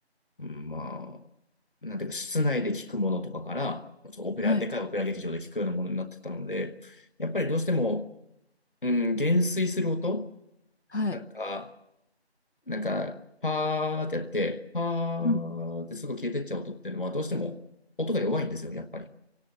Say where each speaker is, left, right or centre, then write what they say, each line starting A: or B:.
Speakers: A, on the left; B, on the left.
A: うん、まあ、なんていうか、室内で聞くものとかから、そうオペラ、
B: はい。
A: でかいオペラ劇場で聞くようなものになってったので、やっぱりどうしても、うん、減衰する音
B: はい。
A: なんか、なんか、パーってやって、パ
B: うん。
A: ーってすぐ消えてっちゃう音っていうのは、どうしても音が弱いんですよ、やっぱり。